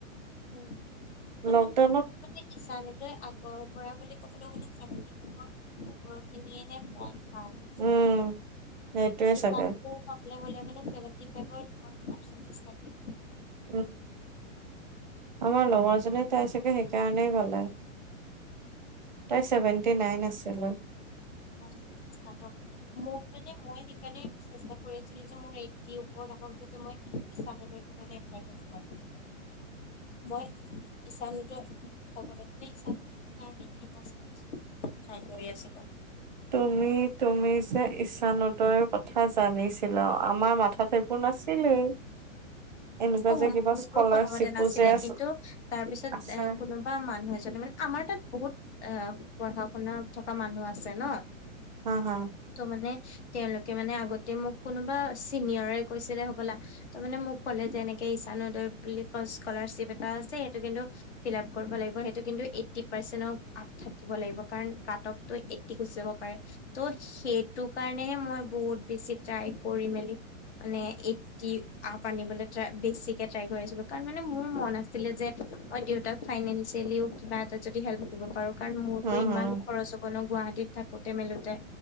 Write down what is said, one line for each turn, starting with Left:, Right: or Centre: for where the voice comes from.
Left: উম নহয়
Right: লকডাউনত
Left: নহয় কিন্তু মানে ইচ্ছা অনুদয় আগৰ পৰা বুলি ক'বলৈ গলে ছেভেনটি ফাইভৰ ওপৰ খিনিয়েহে পায় হয় বুজিছা
Right: উম সেইটোয়ে
Left: ইচ্ছা
Right: চাগে
Left: অনুদয় চাবলৈ গ'লে মানে ছেভেনটি ফাইভৰ ওপৰত পাৰ্চেন্টিজ লাগে
Right: উম আমাৰ লগৰজনে তাই চাগে সেইকাৰণেই পালে তাইৰ চেভেনটি নাইন আছিলে
Left: পাৰ্চেন্টিজ কাটফ মোৰ মানে মই সেইকাৰণে চেষ্টা কৰিছিলোঁ যে মোৰ এইটটি ওপৰত আহক যাতে মই ইচানোদয় তাকে এপ্লেই কৰিচিলোং মই ইশানুটো উ ক'বলৈ গ'লে ইশানুতো পাওঁ নেকি পাৰ্চেণ্টিচ ট্ৰাই কৰি আছিলোঁ
Right: তুমি তুমি যে ঈশানোদয়ৰ কথা জানিছিলা আমাৰ মাথাত সেইবো বোৰ নাছিলেই এনেকুৱা
Left: অ
Right: যে
Left: মোৰো
Right: কিবা স্কলাৰশ্বিপো
Left: প্ৰথমতে নাছিলে
Right: যে আছ
Left: কিন্তু তাৰ পিছত এ
Right: আছে
Left: কোনো কোনোবা মানুহ এজনে মানে আমাৰ তাত বহুত অ পঢ়া শুনা থকা মানুহ আছে ন
Right: হা হা
Left: ত' মানে তেওঁলোকে মানে আগতে মোক কোনোবা চিনিয়ৰে কৈছিলে হ'বলা ত মানে মোক কলে যে এনেকে ঈচানোদয় বুলি কৰ্চ স্কলাৰশ্বিপ এটা আছে সেইটো কিন্তু ফিলাপ কৰিব লাগিব সেইটো কিন্তু এইটটি পাৰ্চেনৰ আপ থাকিব লাগিব কাৰণ কাটপটো এক গুচি যাব পাৰে ত' সেইটো কাৰণেহে মই বহুত বেছি ট্ৰাই কৰি মেলি মানে এইটটি আপ আনিবলে ট্ৰাই বেছিকে ট্ৰাই কৰি আছিলোঁ কাৰণ মানে মোৰ মন আছিলে যে মই দেউতাক ফাইনেনচেলিও কিবা এটা হেল্প কৰিব পাৰোঁ কাৰণ মোৰতো
Right: উম
Left: ইমান
Right: হম
Left: খৰচ হ'ব ন গুৱাহাটীত থাকোতে মেলোতে